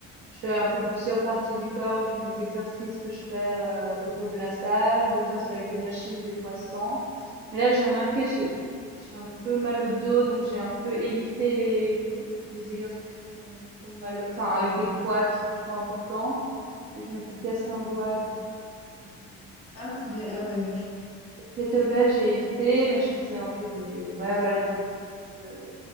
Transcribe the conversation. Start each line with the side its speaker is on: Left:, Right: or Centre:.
Right: je fais un peu plusieurs parties du corps, j'ai mes exercices que je fais, heu, autour de la salle. Des fois, c'est avec des machines, des fois sans. Mais là, j'ai remarqué, j'ai j'ai un peu mal au dos, donc j'ai un peu évité les, mmh, les exercices qui font trop mal au enfin avec des poids qui sont trop importants. Je m'étais cassé un doigt donc,
Left: Ouais.
Right: hem
Left: Ah, tu fais- ah ouais.
Right: les kettlebells, j'ai évité, mais je faisais un peu des, ouais, voilà, des exercices, euh,